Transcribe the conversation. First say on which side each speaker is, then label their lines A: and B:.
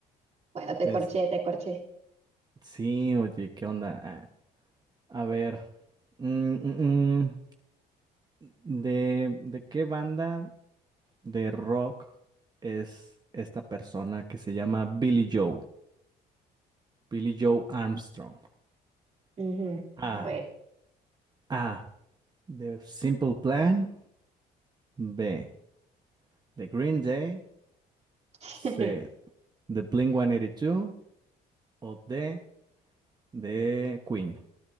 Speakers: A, on the right; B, on the right.
A: Bueno, te
B: Es...
A: corché, te corché.
B: Sí, oye, ¿qué onda? Ah, a ver, mm, mm, mm, ¿De, de qué banda de rock es esta persona que se llama Billy Joe? Billy Joe Armstrong.
A: Ujú.
B: A.
A: A ver.
B: A. The Simple Plan. B. The Green Day.
A: <laughs>
B: C. The Blink 182. O D. The Queen.